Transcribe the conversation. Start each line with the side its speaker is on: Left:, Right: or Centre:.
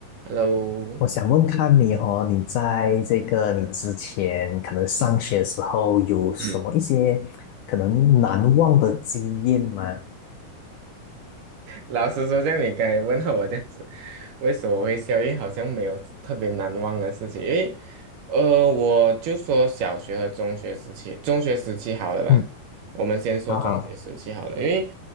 Right: Hello，
Left: 我想问看你哦，你在这个你之前可能上学的时候有什么一些可能难忘的经验吗？
Right: 嗯，嗯老实说，像你刚才问候我这样子，为什么我会笑？因为好像没有特别难忘的事情，因为，呃，我就说小学和中学时期，中学时期好了吧？
Left: 嗯，
Right: 我们先说中学时期好了，
Left: 好好
Right: 因为